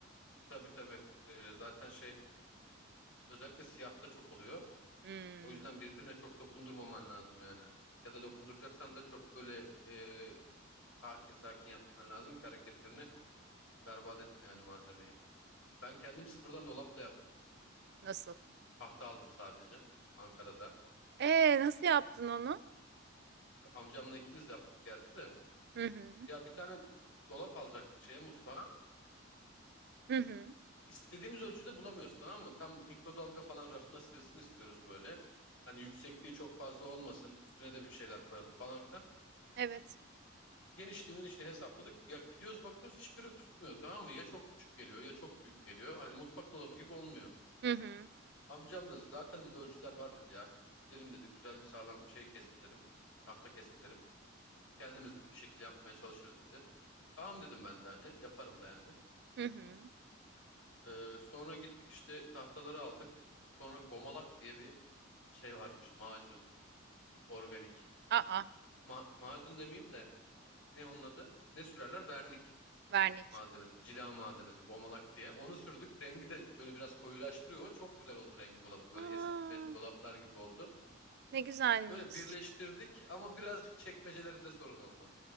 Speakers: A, on the left; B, on the right.
A: Tabii tabii. E, zaten şey e, Özellikle siyahta çok oluyor.
B: Hmm,
A: O yüzden birbirine çok dokundurmaman lazım yani. Ya da dokunduracaksan da çok böyle e, sakin sakin yapman lazım ki hareketlerini berbat etme yani malzemeyi. Ben kendim sıfırdan dolap da yaptım.
B: nasıl?
A: Tahta aldım sadece Ankara'da.
B: Ee nasıl yaptın onu?
A: <laughs> Amcamla ikimiz yaptık gerçi de.
B: Hı hı.
A: Ya bir tane dolap alacaktık şeye mutfağa.
B: Hı hı.
A: İstediğimiz ölçüde bulamıyoruz tamam mı? Tam mikrodalga falan rafına sığsın istiyoruz böyle. Hani yüksekliği çok fazla olmasın, üstüne de bir şeyler koyalım falan filan.
B: Evet.
A: genişliği menişliği hesapladık. Ya gidiyoruz bakıyoruz hiçbiri tutmuyor tamam mı? Ya çok küçük geliyor ya çok büyük geliyor. Hani mutfak dolabı gibi olmuyor.
B: Hı hı.
A: Amcam da zaten dedi ölçüler var dedi ya. Biz gidelim dedi güzel bir sağlam şey kestirelim. Tahta kestirelim. Kendimiz dedi bir şekilde yapmaya çalışırız dedi. Tamam dedim ben de hani yaparım da yani.
B: Hı hı.
A: Ee, sonra gittik işte tahtaları aldık. Sonra gomalak diye bir şey varmış macun organik.
B: Aa,
A: Ma- macun demeyeyim de ne onun adı? Ne sürerler? Vernik.
B: vernik.
A: malzemesi, cila malzemesi, gomalak diye. Onu sürdük. Rengi de böyle biraz koyulaştırıyor. O çok güzel oldu rengi dolabın. Böyle
B: Aa,
A: eskitme dolaplar gibi oldu.
B: ne güzelmiş.
A: Öyle birleştirdik ama birazcık çekmecelerinde sorun oldu.